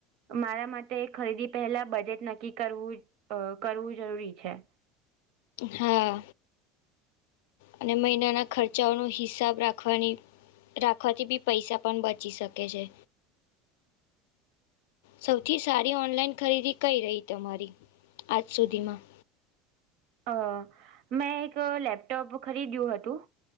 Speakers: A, on the right; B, on the left.
A: મારા માટે ખરીદી પહેલા બજેટ નક્કી કરવું અ કરવું જરૂરી છે.
B: હા અને મહિનાના ખર્ચાઓનો હિસાબ રાખવાની રાખવાથી બી પૈસા પણ બચી શકે છે. સૌથી સારી ઓનલાઈન ખરીદી કઈ રહી તમારી આજ સુધીમાં
A: અ મેં એક લેપટોપ ખરીદ્યું હતું